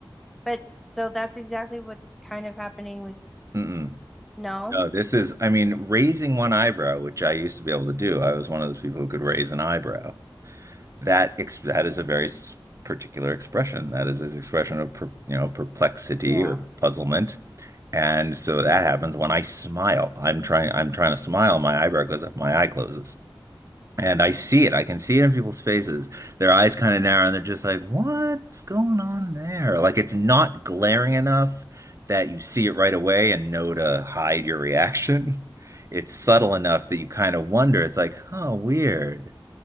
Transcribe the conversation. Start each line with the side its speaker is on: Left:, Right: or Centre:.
Centre: But so that's exactly what's kind of happening with
Right: Mm-mm.
Centre: no.
Right: No, this is, I mean, raising one eyebrow, which I used to be able to do. I was one of those people who could raise an eyebrow. That ex that is a very s- particular expression. That is an expression of per, you know, perplexity
Centre: Yeah.
Right: or puzzlement. And so that happens when I smile. I'm trying I'm trying to smile, my eyebrow goes up, my eye closes. And I see it. I can see it in people's faces. Their eyes kind of narrow and they're just like, what's going on there? Like it's not glaring enough that you see it right away and know to hide your reaction. <laughs> It's subtle enough that you kind of wonder. It's like, huh, weird.